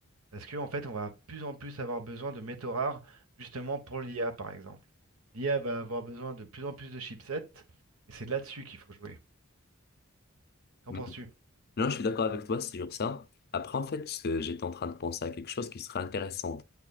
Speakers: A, on the right (about 85°); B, on the left (about 50°).
A: Parce que, en fait, on va plus en plus avoir besoin de métaux rares, justement pour l'IA, par exemple. L'IA va avoir besoin de plus en plus de chipsets, et c'est là-dessus qu'il faut jouer. Qu'en
B: Mhm.
A: penses-tu?
B: Non, je suis d'accord avec toi sur ça. Après, en fait, ce- j'étais en train de penser à quelque chose qui serait intéressant.